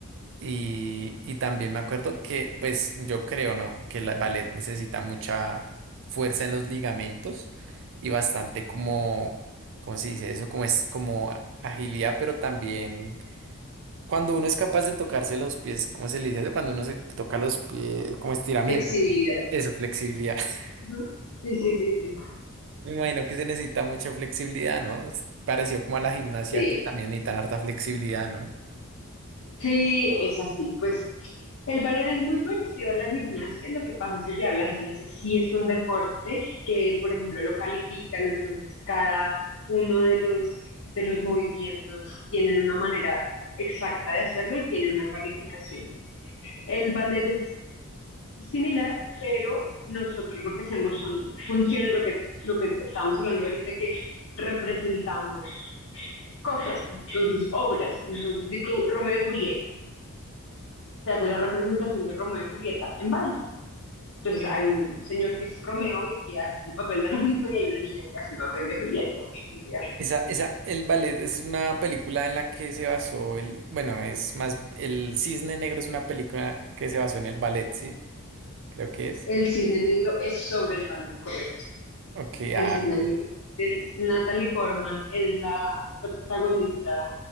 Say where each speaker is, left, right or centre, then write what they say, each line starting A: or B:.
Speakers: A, on the right (about 60°); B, on the left (about 70°).
A: Y, y también me acuerdo que, pues yo creo, ¿no? Que el ballet necesita mucha fuerza en los ligamentos y bastante como, ¿cómo se dice eso? Como es, como a- agilidad, pero también cuando uno es capaz de tocarse los pies, ¿cómo se le dice eso? Cuando uno se toca los pies, como estiramiento.
B: Flexibilidad.
A: ¿no? Eso, flexibilidad. <laughs>
B: Ujú. Sí, sí, sí, sí.
A: Me imagino que se necesita mucha flexibilidad, ¿no? Es Parecido como a la gimnasia
B: Sí,
A: que también necesitan harta flexibilidad, ¿no?
B: Sí, es así. Pues el ballet es muy parecido a la gimnasia. Lo que pasa es que, claro, la gimnasia sí es un deporte que, por ejemplo, lo califican. Entonces, cada uno de los, de los movimientos tienen una manera exacta de hacerlo y tienen una calificación. El ballet es similar, pero nosotros lo que hacemos son funciones, lo que, lo que estábamos hablando ahorita, que representamos cosas, entonces obras. Entonces, si tú, Romeo y Julieta, se hace la representación de Romeo y Julieta en baile. Entonces hay un señor que es Romeo y que hace el papel de <laughs> Romeo y hay una niña que hace el papel de Julieta. y así sucesivamente.
A: Esa, esa, el ballet es una película en la que se basó el, bueno, es más, el Cisne Negro es una película que se basó en el ballet, ¿sí? Creo que es.
B: El cisne negro es sobre el ballet, correcto.
A: Ok,
B: El
A: ah,
B: cisne
A: ok,
B: negro es Natalie Portman, es la protagonista